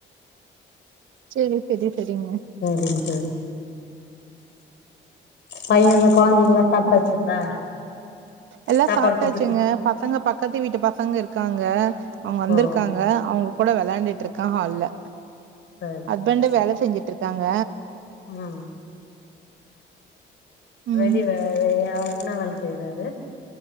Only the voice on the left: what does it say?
சரிங்க தோழி பையன்லா கொழந்தைங்கலா சாப்ட்டாச்சுங்களா
சாப்பாடு
குடுத்துட்டு
ஓ
சரிங்க
சரிங்க
ம்
வெளி வே வெ அவருன்ணா வேல செய்றாரு